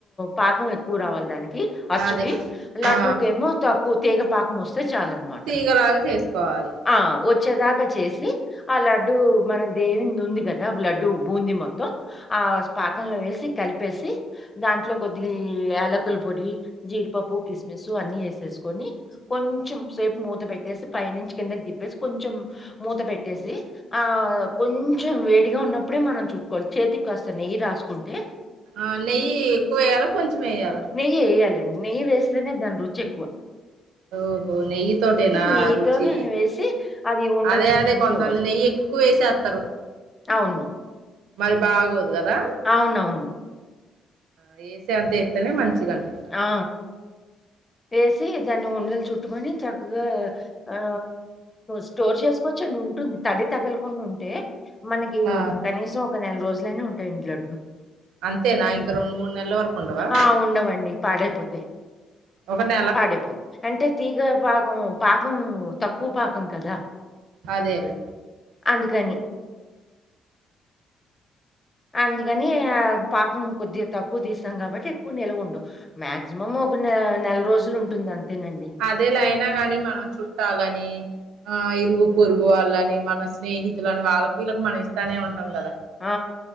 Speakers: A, on the left (about 25°); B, on the right (about 90°).
A: పాకం ఎక్కువ రావాలి దాని కి అచ్చుకి
B: అదే
A: లడ్డూకేమో
B: ఆ
A: తక్కు తీగ పాక్ మోస్తే చాల్ అన్మాట
B: తీగలాగా చేసుకోవాలి
A: ఆ వచ్చేదాక చేసి ఆ లడ్డు మన దేవిన్ ఉంది కదా లడ్డుూ బూంది మొత్తం ఆ స్ పాకంలో వేసి కలిపేసి దాంట్లో కొద్దిగా ఈ ఏలకుల పొడి, జీడిపప్పు, కిస్మిసు, అన్ని ఏసేసుకొని కొంచెం సేపు మూత పెట్టేసి, పైనుంచి కిందకి తిప్పేసి, కొంచెం మూత పెట్టేసి ఆ కొంచెం వేడిగా ఉన్నప్పుడే మనం చుట్టుకోవాలి, చేతికి కాస్త నెయ్యి రాసుకుంటే
B: ఆ నెయ్యి ఎక్కువేయ్యలా కొంచెం ఏయాలా?
A: నెయ్యి ఏయాలండి నెయ్యి ఎస్తేనే దాని రుచి ఎక్కువ
B: ఓహో నెయ్యి తోటేనా
A: నెయ్యితోనే
B: రుచి,
A: వేసి, అది ఉండలు
B: అదే
A: చుట్టుకుంటూ
B: అదే కొంతంది
A: ఇవ్వాలి.
B: నెయ్యి క్కువ ఏసేతరు
A: అవును
B: మరి బాగోదు కదా
A: అవునవును
B: ఆ ఏసేంత ఏతేనే మంచిగ అన్పి
A: ఆ ఏసీ దాన్ని ఉండలు చుట్టుకొని చక్కగా ఆ స్టోర్ ఉ ముస్ చేసుకొచ్చండి ఉంటుంది తడి తగలకుండుంటే. మనకి
B: ఆ
A: ఒక కనీసం ఒక నెల్ రోజులైనా ఉంటాయండి లడ్లు.
B: అంతేనా ఇంక రెండు మూడు నెల్ల వరకు ఉండవా
A: ఆ ఉండవండి పాడైపోతయి.
B: ఒక నెల
A: పాడైపో అంటే తీగ పాకం పాకం తక్కువ పాకం కదా
B: అదేలే
A: అందుకని అందుకని ఆ పాకం కొద్దిగ తక్కువ తీసాం కాబట్టి ఎక్కువ నిల్వ ఉండవ్. మాక్సిమం ఒక నే నెల రోజులు ఉంటుంది అంతేనండి.
B: అదేలయిన గాని మనం చుట్టాలని ఆ ఇరుగు పొరు గు వాళ్ళని మన స్నేహితులని వాళ్ళకి వీళ్ళకి మనం ఇస్తానే ఉంటాం కద
A: ఆ